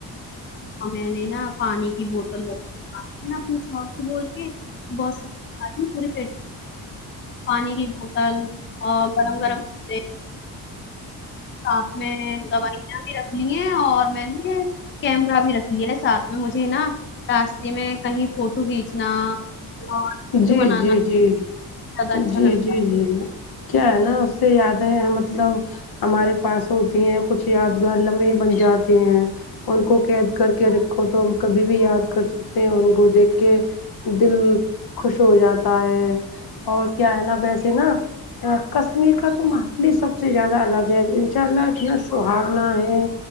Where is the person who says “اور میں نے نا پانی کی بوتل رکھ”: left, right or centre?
Left